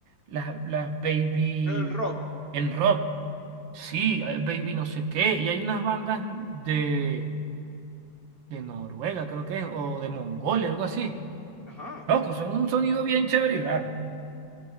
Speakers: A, on the right; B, on the left.
A: las, las Baby
B: Pero en rock,
A: en rock, sí, eh, Baby no sé qué. Y hay unas bandas de, de Noruega, creo que es, o de Mongolia, algo así.
B: ajá,
A: Loco, son un sonido bien chévere y raro.